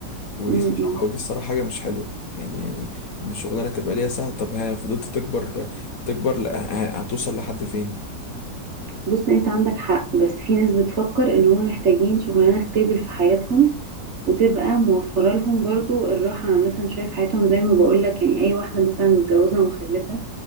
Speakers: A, on the left (about 60°); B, on the right (about 45°).
A: ودي
B: امم
A: الصراحة ودي الصراحة حاجة مش حلوة يعني يعني إن الشغلانة تبقى ليها ساعة طب ها فضلت تكبر تكبر ل- ه- هتوصل لحد فين؟
B: بص انت عندك حق بس في ناس بتفكر ان هم محتاجين شغلانة ستيبل في حياتهم وتبقى موفرة لهم برضو الراحة عامة شوية في حياتهم زي ما بقولك يعني أي واحدة مثلا متجوزة ومخلفة